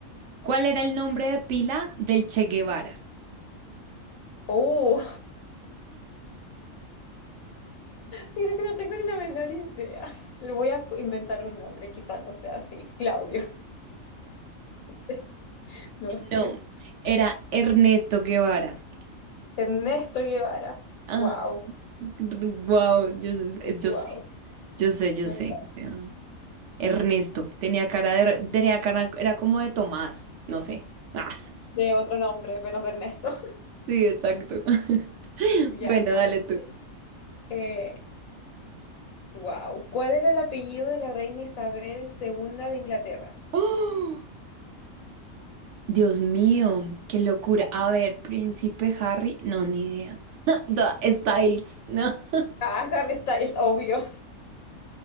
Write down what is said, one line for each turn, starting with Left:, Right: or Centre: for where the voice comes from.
Right: ¿cuál era el nombre de pila del Che Guevara?
Left: Uh, Creo que no tengo ni la menor idea. <laughs> Le voy a co- inventar un nombre, quizás no sea así. Claudio. <laughs> No sé. No sé.
Right: No, era Ernesto Guevara.
Left: Ernesto Guevara.
Right: Ah,
Left: Wow,
Right: Wow, yo sé, yo
Left: wow.
Right: sé, yo sé, yo
Left: Me
Right: sé.
Left: encanta.
Right: o sea, Ernesto tenía cara de, tenía cara, era como de Tomás, no sé. Ah,
Left: De otro nombre, menos de Ernesto. <laughs>
Right: sí, exacto. <laughs>
Left: Ya,
Right: Bueno,
Left: a
Right: dale
Left: ver.
Right: tú.
Left: Eh, wow. ¿Cuál era el apellido de la reina Isabel segunda de Inglaterra?
Right: ¡Oh! Dios mío, qué locura. A ver, Príncipe Harry, no, ni idea. <laughs> Da- Styles, no.
Left: Ah, <laughs> Harry Styles, obvio.